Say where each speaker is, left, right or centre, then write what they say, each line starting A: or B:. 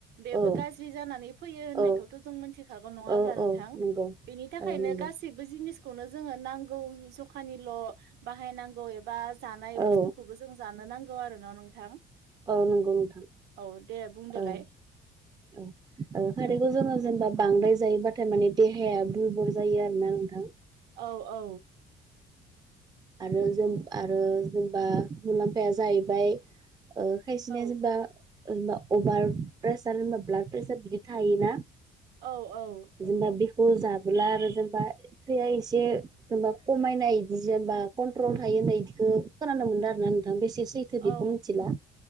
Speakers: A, on the right (about 75°); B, on the right (about 25°).
A: बेबो
B: औ
A: गाज्रि जानानै फैयो होननायखौथ'
B: औ
A: जों मिथिखागौ नङा होमब्ला
B: औ
A: नोंथां।
B: औ नंगौ
A: बेनि थाखायनो
B: औ नंगौ
A: गासैबो जिनिसखौनो जोङो नांगौ जखानिल' बाहायनांगौ एबा जानाय
B: औ
A: बुस्थुखौबो जों जानो नांगौ आरो न' नोंथां?
B: औ नोंगौ नोंथां
A: औ दे बुंदोलाय
B: औ। ओ खारैखौ जोङो जेनेबा बांद्राय जायोबाथाय माने देहाया दुरबल जायो आरो ना नोंथां
A: औ औ।
B: आरो जों
A: औ
B: आरो जेनेबा मुलाम्फाया जाहैबाय ओ खायसेनिया
A: औ
B: जेनेबा जेनेबा अभार प्रेसार जबा ब्लाड प्रेसार बिदि थायोना
A: औ औ
B: जेनेबा बिखौ जाबोला आरो जेनेबा थैया एसे जेनेबा खमायनाय इदि जेनेबा कन्ट्रल थायो होननाय बिदिखौ खोनानो मोनदों आरो ना नोंथां बेसे सैथो बेखौ
A: औ
B: मिथिला